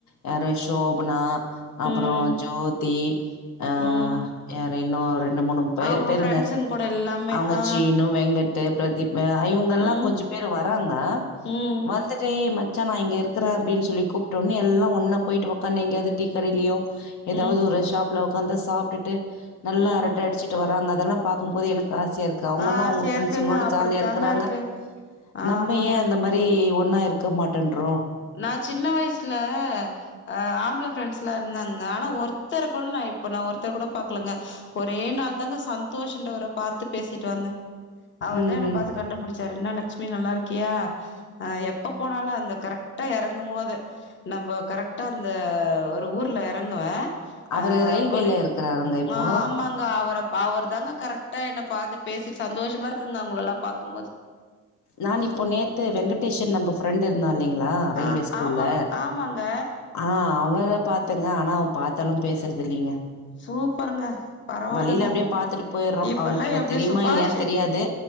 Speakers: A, on the left (about 70°); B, on the left (about 40°).
A: யாரு ஷோபனா அப்புறோ
B: ம்
A: ஜோ தி ஆ
B: ம்
A: யாரு இன்னு ரெண் ரெண்டு மூணு பே
B: அவுங்க
A: பேருங்க
B: ஃப்ரெண்ட்ஸுங் கூட எல்லாமே
A: அவங்க
B: ஆ
A: சீனு வெங்கட் டு பிரதீப்பு இவங்கல்லா
B: ம்
A: கொஞ்ச பேர் வராங்க
B: ம்
A: வந்துட்டு ஏய் மச்சா நா இங்க இருக்கே அப்டின்னு சொல்லி கூப்ட்டோன்னே எல்ல ஒன்னா போயிட்டு உக்காந்து எங்கயாவது டீகடையிலயோ ஏதாவது
B: ம்
A: ஒரு ஷாப்ல உக்காந்து சாப்ட்டுட்டு நல்லா
B: ம்
A: அரட்ட அடுச்சுட் ட்டு வராங்க அதெல்லா பாக்கு போது எனக்கு ஆசையா இருக்கு அவங்கல்லா
B: ஆ
A: அவுங்க
B: சேருக்குங்க
A: ப்ரெண்ட்ஸ் சங்களோட
B: அப்படித்தாங்க
A: ஜாலியா இருக்கிறாங்க
B: இருக்கு ஆமாங்க
A: நம்ம ஏ அந்த மாரி ஒன்னா இருக்க மாட்டேன்றோ
B: நா சின்ன வயசுல அ ஆம்பள பிரெண்ட்ஸ்லா இருந்தாங்க ஆனா ஒருத்தர கூட நா இப்ப நா ஒருத்தர் கூட பாக்கலங்க ஒரே நாள் தாங்க சந்தோஷ்ன்றவர பாத்து பேசிட்டு வந்தே அவர்தா
A: ம்
B: என்ன
A: ம்
B: பாத்து கண்டுபிடிச்சாரு என்னா லக்ஷுமி நல்லாருக்கியா ஆ எப்ப போனாலு அந்த கரெக்ட் ட்டா எறங்கும் போது நம்ம கரெக்டா அந்த ஒரு ஊர்ல எறங்குவே
A: அவரு
B: ஆ
A: ரயில்வேல
B: கொடு
A: இருக்கறாருங்க இப்போ
B: ஆமாங்க அவர அவரு தாங்க கரெக்டா என்ன பாத்து பேசி சந்தோஷமா இருக்குங்க அவங்களல்லா பாக்கும் போது
A: நான் இப்போ நேத்து வெங்கடேஷன் நம்ப ஃப்ரெண்ட் இருந்தாலைங்க ல ரயில்வே
B: ஆ
A: ஸ்கூல்ல
B: ஆமா ஆமாங்க
A: ஆ அவ வேற பாத்தங்க ஆனா அவ பாத்தாலு பேசுறதில்லைங்க
B: சூப்பருங்க பரவால்லங்க
A: வழியில அப்டியே பாத்துட்டு போயிறோ
B: இப்பல்லா
A: அவருக்கு என்ன
B: எப்டி
A: தெரியுமா
B: சுபாஷ்
A: இல்லையான்னனு தெரியாது